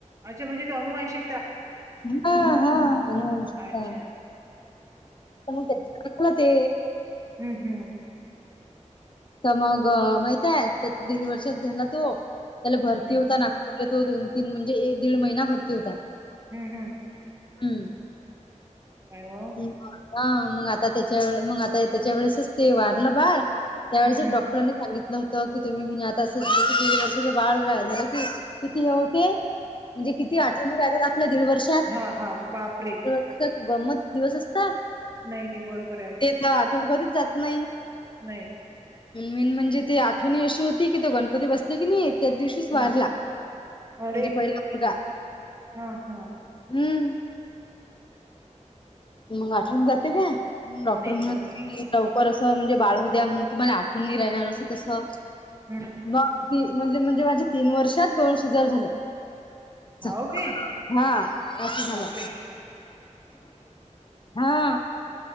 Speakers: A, on the right (about 25°); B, on the left (about 40°).
A: अच्छा म्हणजे ते अनुवंशीक
B: हा हा अनिवन शिकता.
A: अच्छा.
B: त्या म्हणत्या ती टाकणा ते.
A: हम्म हम्
B: तर मग माहितीये तर तीन वर्षात झाला तो त्याला भरती
A: हं,
B: होता ना. पुढले तो दोन तीन म्हणजे दीड महिना भरती होता.
A: हम्म हम्.
B: हम्म.
A: कायओ.
B: हं मग आता त्याच्या व म आता त्याच्या वेळेसच ते वारलं बाळ त्यावेेळेस
A: हं,
B: डॉक्टर
A: हं.
B: डॉटरां नी सांगितलं होतं की तुम्ही म्हणजे आता असं की दीड वर्षां बाळ झाला की. किती होते म्हणजे किती आठवणी राहतात आपल्या दीड वर्ष.
A: हा हा बापरे!
B: आता गमत दिवस असता.
A: नाही नाही बरोबर आहे
B: मला आठवण कधीच जात नाही.
A: नाही.
B: मेन म्हणजे ती आठवण अशी होती की तो गणपती आतून बसला की नाहीेत. त्याच दिवशीच वारला
A: हं. अरे!
B: म्हणजे पहिला मुलगा.
A: हां, हां.
B: हम्म. मग आठवण जाते ना डॉक्टर
A: नाही
B: म्हणत
A: जगता.
B: होते की, लवकर असं म्हणजे बाळ होऊद्या, म्हणून तुम्हाला आठवून नाही राहणार असं तसं.
A: हम्म.
B: मग, ते म्हणजे, म्हणजे माझ्या तीन वर्षात दोन सीझर झाले. च
A: हाव काय?
B: हा अस झालं.
A: बापरे!
B: हा.